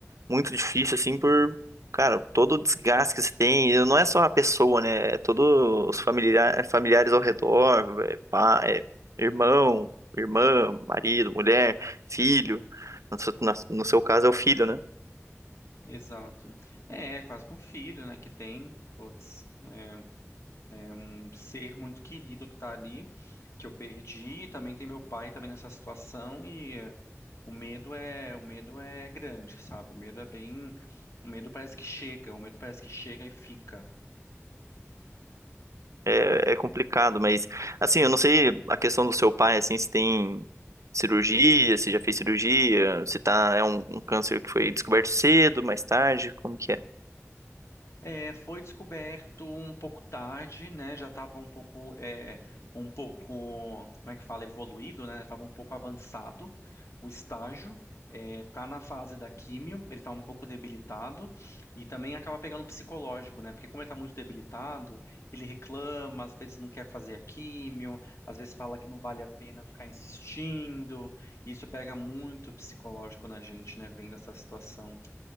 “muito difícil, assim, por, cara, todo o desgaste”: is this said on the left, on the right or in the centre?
Right